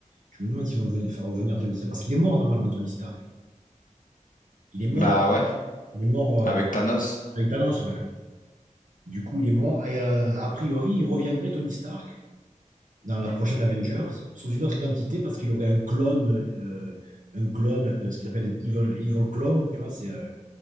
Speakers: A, on the right; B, on the left.
A: Je me demande s'ils vont faire revenir Tony Stark. Parce qu'il est mort normalement, Tony Stark. Il est mort.
B: Bah ouais,
A: Il est mort
B: avec
A: euh,
B: Thanos.
A: avec Thanos, ouais. Du coup, il est mort. Et euh, a priori, il reviendrait Tony Stark. dans la prochaine Avengers sous une autre identité parce qu'il aurait un clone, euh, un clone, euh, ce qu'ils appellent evil, evil clone, tu vois, c'est euh,